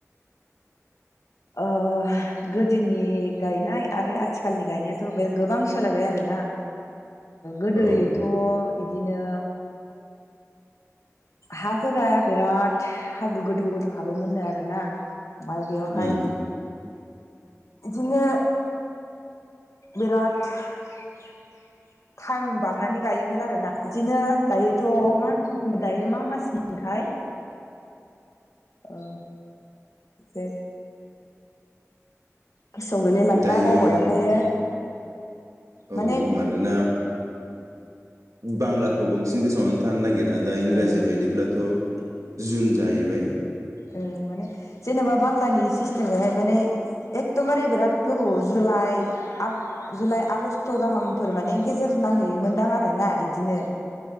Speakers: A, on the left; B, on the right.
A: अ गोदोनि गायनाय आरो आथिखालनि गायनायाथ बे गोबां सोलायबाय आरोना। गोदोयैथ
B: औ
A: इदिनो हाफोरा बिराद हाब्रु गोदौ गोदौ हाबो मोननो आरोना। ओमफ्राय बेवहाय
B: उम
A: बिदिनो बिराद टाइम बारनानै गायोमोन आरोना बिदिनो दायोथ मा होन दायो मा मास मोनथाय ओ बे गोसोआव गैलायलांला
B: दायो
A: बावबाय ओमफ्रायो।
B: औ
A: माने
B: मानोना बांलाखौ बांसिन गोसोआव थानो नागिरा। दा इंराजि
A: ओ
B: बायदिब्लाथ' जुन जाहैबाय।
A: ओं माने जेनेबा बांलानि सिस्टेमखौहाय माने एकदमबारे बिराद गोबाव जुलाइ जुलाइ आगष्ट गाहामफोर माने गेजेर नांहैयोमोनदां आरोना बिदिनो